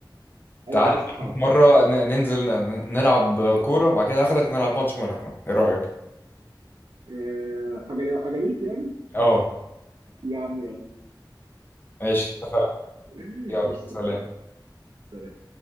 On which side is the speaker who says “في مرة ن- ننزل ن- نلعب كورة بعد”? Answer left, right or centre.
Left